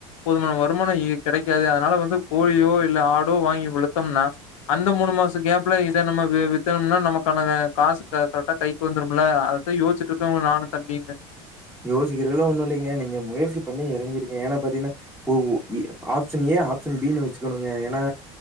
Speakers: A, on the left; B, in the centre.
A: போதுமான வருமானோ இரு கெடைக்காது அதனால வந்து கோழியோ இல்ல ஆடோ வாங்கி வளுத்தம்னா அந்த மூணு மாச கேப்ல இத நம்ம வி வித்தனும்னா நமக்கான வே காசு கரெக்டா கை க்கு வந்துரும்ல அதத்தா யோஸ்ச்சிட்டு இருக்கோங்க நானு தம்பியுங்க
B: யோசிக்கிறதுக்லா ஒண்ணு இல்லைங்க நீங்க முயற்சி பண்ணி இறங்கிருங்க ஏன்னா பாத்தீங்கன்னா ஓ ஏ ஆப்ஷன் ஏ ஆப்ஷன் பின்னு வச்சுக்கணுங்க ஏன்னா